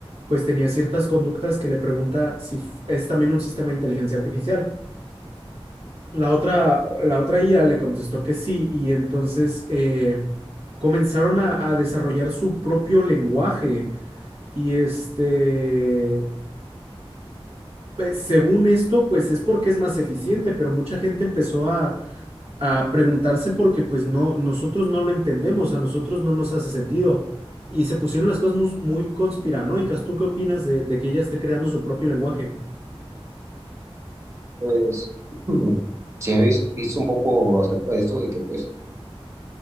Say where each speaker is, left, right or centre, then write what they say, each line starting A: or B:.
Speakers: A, on the right (about 80°); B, on the right (about 30°).
A: pues tenía ciertas conductas que le pregunta si f- es también un sistema de inteligencia artificial. La otra, la otra IA le contestó que sí y entonces eh, comenzaron a, a desarrollar su propio lenguaje y este, pues, según esto, pues es porque es más eficiente, pero mucha gente empezó a a preguntarse porque pues no, nosotros no lo entendemos, a nosotros no nos hace sentido. Y se pusieron las cosas mus- muy, conspiranoicas. ¿Tú qué opinas de, de que ella esté creando su propio lenguaje?
B: Pues, <clears throat> mm, sí habéis visto un poco acerca de esto, de que pues